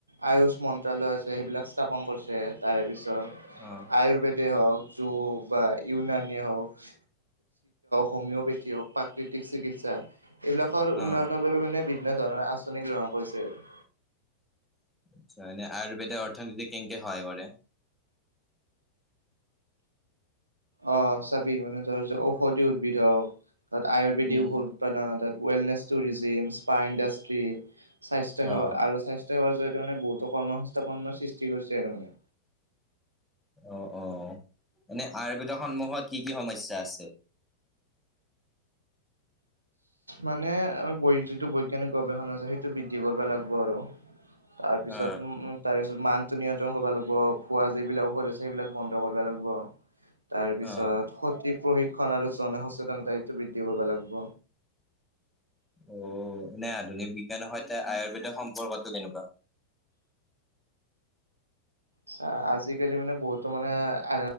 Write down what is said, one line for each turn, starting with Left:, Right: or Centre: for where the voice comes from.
Right: আয়ুস মন্ত্ৰালয় আছে সেইবিলাক স্থাপন কৰিছে। তাৰে পিছত
Centre: অ
Right: আয়ুৰ্বেদে হওঁক জু বা ইউনানিয়া হওঁক হোমিঅ'পেথি হওঁক প্ৰাকৃতিক চিকিৎসা এইবিলাকৰ
Centre: অ
Right: উন্নয়নৰ বাবে মানে বিভিন্ন ধৰণৰ আঁচনি গ্ৰহণ কৰিছে আৰু।
Centre: আচ্ছা, এনে আয়ুৰ্বেদ অৰ্থনীতিত কেনেকে সহায় কৰে?
Right: অ', চাবি মানে ধৰ ঔষধি উদ্ভিদ হওঁক তাত আয়ুৰ্বেদিক
Centre: উম
Right: ঔষধ তাত ৱেলনেছ টুৰিজিম, স্পা ইণ্ডাষ্ট্ৰি, স্বাস্থ্যসেৱা
Centre: অ
Right: আৰু স্বাস্থ্য সেৱাৰ জৰিয়তে মানে বহুতো কৰ্ম সংস্থাপনৰ সৃষ্টি কৰিছে আৰু মানে।
Centre: অ', অ', এনেই আয়ুৰ্বেদৰ সন্মুখত কি কি সমস্যা আছে?
Right: মানে আমাৰ যিটো বৈজ্ঞানিক গৱেষণা আছে সেইটো বৃদ্ধি কৰিব লাগবো আৰু। তাৰপিছত
Centre: অ
Right: উম-উম তাৰ পিছত মানটো নিয়ন্ত্ৰণ কৰিবা লাগিব। খোৱা যিবিলাক ঔষধ আছে সেইবিলাক বন্ধ কৰিব লাগিব। তাৰপিছত
Centre: অ
Right: সঠিক প্ৰশিক্ষণ আৰু জনসচেতনতা এইটো বৃদ্ধি কৰিব লাগিব।
Centre: অ, নাই আধুনিক বিজ্ঞানৰ সৈতে আয়ুৰ্বেদৰ সম্পৰ্কটো কেনেকুৱা?
Right: চা আজিকালি মানে বহুতো মানে আ